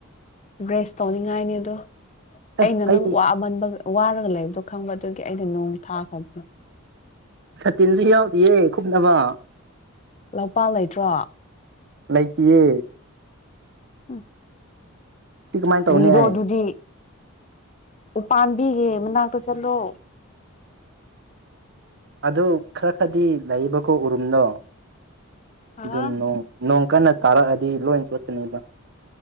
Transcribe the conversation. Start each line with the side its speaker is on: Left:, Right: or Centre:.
Left: ꯕ꯭ꯔꯦꯁ ꯇꯧꯅꯤꯡꯉꯥꯏꯅꯤ ꯑꯗꯨ
Right: ꯑꯦ
Left: ꯑꯩꯅ
Right: ꯑꯩ
Left: ꯅꯪ ꯋꯥꯃꯟꯕꯒ ꯋꯥꯔꯒ ꯂꯩꯕꯗꯣ ꯈꯪꯕ ꯑꯗꯨꯒꯤ ꯑꯩꯩꯅ ꯅꯣꯡ ꯊꯥ ꯈ <unintelligible>
Right: ꯁꯥꯇꯤꯟꯁꯨ ꯌꯥꯎꯗꯤꯌꯦ ꯀꯨꯞꯅꯕ
Left: ꯂꯧꯄꯥꯛ ꯂꯩꯇ꯭ꯔꯣ
Right: ꯂꯩꯇꯤꯌꯦ
Left: ꯍꯝ
Right: ꯁꯤ ꯀꯃꯥꯏꯅ
Left: ꯀꯔꯤꯔꯣ
Right: ꯇꯧꯅꯤ ꯑꯩ
Left: ꯑꯗꯨꯗꯤ ꯎ ꯄꯥꯟꯕꯤꯒꯤ ꯃꯅꯥꯛꯇ ꯆꯠꯂꯣ
Right: ꯑꯗꯨ ꯈꯔ ꯈꯔꯗꯤ ꯂꯩꯕꯀꯣ ꯎꯔꯨꯝꯗꯣ
Left: ꯑꯥ
Right: ꯑꯗꯨ ꯅꯣꯡ ꯅꯣꯡ ꯀꯟꯅ ꯇꯥꯔꯛꯑꯗꯤ ꯂꯣꯏ ꯆꯣꯠꯀꯅꯦꯕ